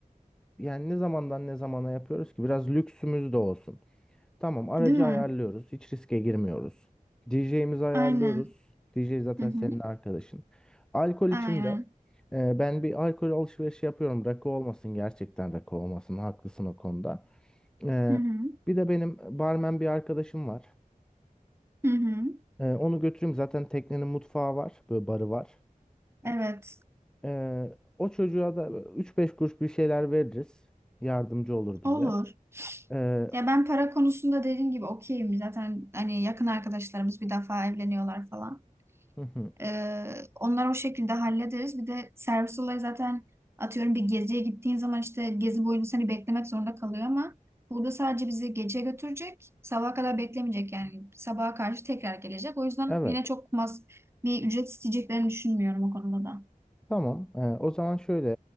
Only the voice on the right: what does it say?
Değil mi?
Aynen.
Hı hı.
Aynen.
Hı hı.
Hı hı.
Evet.
Olur.
Ya ben para konusunda dediğim gibi okeyim. Zaten hani yakın arkadaşlarımız bir defa evleniyorlar falan.
Ee, onları o şekilde hallederiz. Bir de servis olayı zaten atıyorum bir geziye gittiğin zaman işte gezi boyunca seni beklemek zorunda kalıyor ama burada sadece bizi gece götürecek. Sabaha kadar beklemeyecek yani. Sabaha karşı tekrar gelecek. O yüzden
yine çok mas bir ücret isteyeceklerini düşünmüyorum o konuda da.